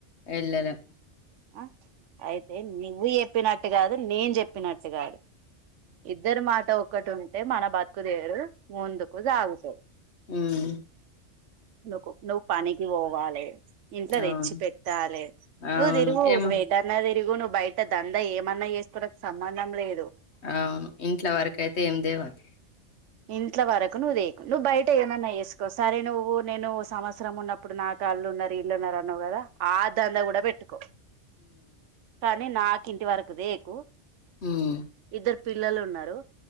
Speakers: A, on the left; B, on the right.
A: ఎల్లలే
B: ఆ అయితే నివ్వు చెప్పినట్ ట్ కాదు నేన్ చెప్పినట్టుగాదు ఇద్దరు మాటో కటున్ అంటే మన బతుకుదేరు ముందుకు సాగుతది
A: మ్మ్
B: నుకు నువ్ పనికి వోవాలే ఇంట్లో తెచ్చి
A: అవును
B: పెట్టాలే నువ్వు
A: అవును
B: దిరుగు
A: ఏమో
B: నువ్వు ఎటన్నా తిరుగు నువ్వు బయట దంద ఏమన్నా చేసుకోకు సంబంధం లేదు.
A: అవును ఇంట్లో వరకయితే ఏం తేవద్దు
B: ఇంట్ల వరక్ క్ నువ్వుదేకు నువ్వు బయట ఏమన్నా ఏసుకో సరే నువ్వు నేను సమస్ సరం ఉన్నప్పుడు నాకు ఆళ్లున్నరు ఈల్లున్నరు అన్నవ్ గదా ఆ దంద గూడా పెట్టుకో <inaudible> కాని నాకు ఇంటి వరకుదేకు
A: హ్మ్.
B: ఇద్దరు పిల్లలున్నరు